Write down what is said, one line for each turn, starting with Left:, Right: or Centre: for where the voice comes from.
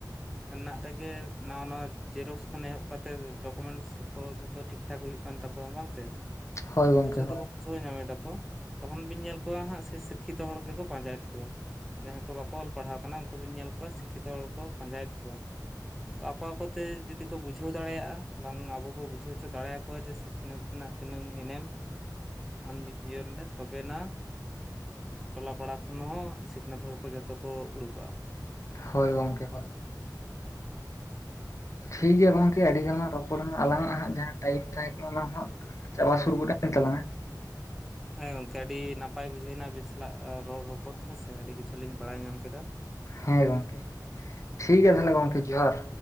Centre: ᱨᱮᱱᱟᱜ ᱨᱮᱜᱮ ᱱᱟᱣᱟ ᱱᱟᱣᱟ ᱡᱮᱨᱚᱠᱚᱥ ᱠᱷᱚᱱ ᱮᱦᱚᱵ ᱠᱟᱛᱮᱫ ᱰᱚᱠᱚᱢᱮᱱᱴᱥ ᱠᱚ ᱡᱷᱚᱛᱚ ᱴᱷᱤᱠ ᱴᱷᱟᱠ ᱦᱩᱭᱩᱜ ᱠᱟᱱ ᱛᱟᱠᱚᱣᱟ ᱵᱟᱝᱛᱮ
Left: ᱦᱳᱭ
Centre: ᱛᱮ ᱛᱳ
Left: ᱜᱚᱝᱠᱮ
Centre: ᱵᱩᱡᱷᱟᱹᱣ
Left: ᱦᱳᱭ
Centre: ᱫᱟᱠᱚ ᱵᱩᱡᱷᱟᱹᱣ ᱧᱟᱢ ᱫᱟᱠᱚ ᱛᱚᱠᱷᱚᱱ ᱵᱤᱱ ᱧᱮᱞ ᱠᱚᱣᱟ ᱦᱟᱸᱜ ᱥᱮ ᱥᱤᱠᱠᱷᱤᱛᱚ ᱦᱚᱲ ᱜᱮᱠᱚ ᱯᱟᱸᱡᱟᱭᱮᱛ ᱠᱚᱶᱟ᱾ ᱡᱟᱦᱟᱸᱭ ᱠᱚ ᱵᱟᱠᱚ ᱚᱞ ᱯᱟᱲᱦᱟᱣ ᱠᱟᱱᱟ ᱩᱱᱠᱩ ᱵᱤᱱ ᱧᱮᱞ ᱠᱚᱣᱟ ᱥᱤᱠᱷᱤᱛᱚ ᱦᱚᱲ ᱠᱚ ᱯᱟᱸᱡᱟᱭᱮᱫ ᱠᱚᱣᱟ ᱛᱚ ᱟᱠᱚ ᱟᱠᱚ ᱛᱮ ᱡᱩᱫᱤ ᱠᱚ ᱵᱩᱡᱷᱟᱹᱣ ᱫᱟᱲᱮᱭᱟᱜᱼᱟ ᱵᱟᱝ ᱟᱵᱚ ᱵᱚ ᱵᱩᱡᱷᱟᱹᱣ ᱦᱚᱪᱚ ᱫᱟᱲᱮᱭᱟᱠᱚᱣᱟ ᱡᱮ ᱥᱤᱠᱷᱱᱟᱹᱛ ᱨᱮᱱᱟᱜ ᱛᱤᱱᱟᱹᱝ ᱮᱱᱮᱢ ᱢᱟᱱᱢᱤ ᱡᱤᱭᱚᱱ ᱨᱮ ᱛᱚᱵᱮᱱᱟᱜ ᱴᱚᱞᱟ ᱯᱟᱲᱟ ᱠᱷᱚᱱ ᱦᱚᱸ ᱥᱤᱠᱷᱱᱟᱹᱛ ᱦᱚᱲ ᱠᱚ ᱡᱚᱛᱚ ᱠᱚ ᱩᱰᱩᱠᱚᱜᱼᱟ᱾
Left: ᱦᱳᱭ ᱜᱚᱝᱠᱮ ᱦᱳᱭ
Centre: <unintelligible>
Left: ᱴᱷᱤᱠᱜᱮᱭᱟ ᱜᱚᱝᱠᱮ ᱟᱹᱰᱤ ᱜᱟᱱᱞᱟᱝ ᱨᱚᱯᱚᱲᱱᱟ ᱟᱞᱟᱝ ᱟᱜ ᱦᱟᱸᱜ ᱡᱟᱦᱟᱸ ᱴᱟᱭᱤᱢ ᱛᱟᱦᱮᱸ ᱠᱟᱱᱟ ᱚᱱᱟ ᱦᱟᱸᱜ ᱪᱟᱵᱟ ᱥᱩᱨ ᱜᱚᱫ ᱠᱟᱱ ᱛᱟᱞᱟᱝᱼᱟ
Centre: ᱦᱮᱸ ᱜᱚᱝᱠᱮ ᱟᱹᱰᱤ ᱱᱟᱯᱟᱭ ᱵᱩᱡᱷᱟᱹᱣᱱᱟ ᱟᱵᱤᱱ ᱥᱟᱞᱟᱜ ᱨᱚᱲ ᱨᱚᱯᱚᱲ ᱦᱮᱸᱥᱮ ᱟᱹᱰᱤ ᱠᱤᱪᱷᱩ ᱞᱤᱧ ᱵᱟᱲᱟᱭ ᱧᱟᱢ ᱠᱮᱫᱟ
Left: ᱦᱮᱸ ᱜᱚᱝᱠᱮ ᱴᱷᱤᱠᱜᱮᱭᱟ ᱛᱟᱦᱞᱮ ᱜᱚᱢᱠᱮ ᱡᱚᱦᱟᱨ᱾